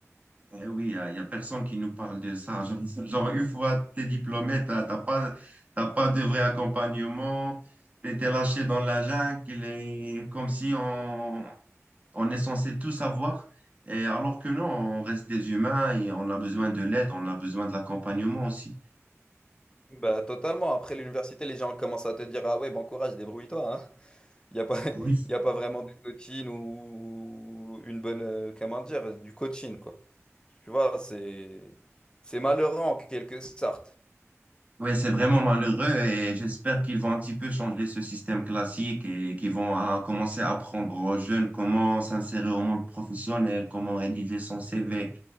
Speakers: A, on the right (about 30°); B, on the left (about 20°).
A: Eh oui, il n'y a, y a personne qui nous parle de ça. Genre, <laughs> genre, une fois que tu es diplômé, tu n'as pas, t'as pas de vrai accompagnement, tu étais lâché dans la jungle, il est comme si on, on est censé tout savoir. Et alors que non, on reste des humains et on a besoin de l'aide, on a besoin de l'accompagnement aussi.
B: Bah, totalement. Après l'université, les gens commencent à te dire, ah ouais, bon courage, débrouille-toi, hein. Il n'y a pas, <laughs>
A: Oui,
B: il y a pas vraiment de coaching ou une bonne, euh, comment dire, du coaching, quoi. Tu vois, c'est c'est malheureux en quelque sorte.
A: Oui, c'est vraiment malheureux et j'espère qu'ils vont un petit peu changer ce système classique et qu'ils vont ah, commencer à apprendre aux jeunes comment s'insérer au monde professionnel, comment rédiger son CV,